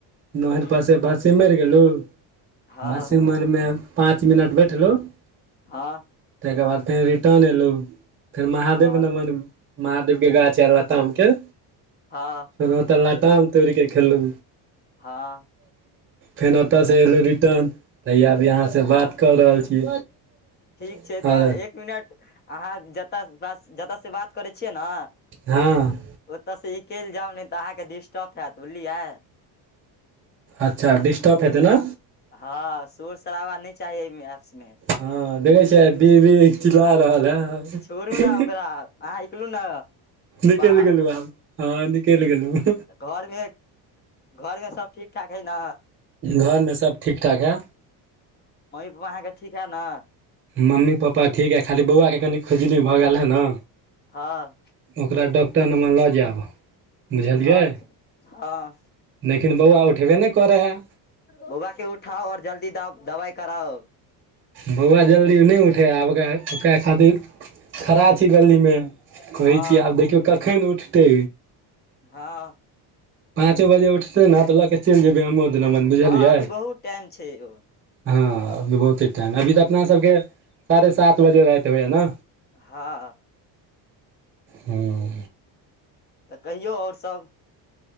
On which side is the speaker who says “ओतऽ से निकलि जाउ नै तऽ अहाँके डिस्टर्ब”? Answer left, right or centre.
Left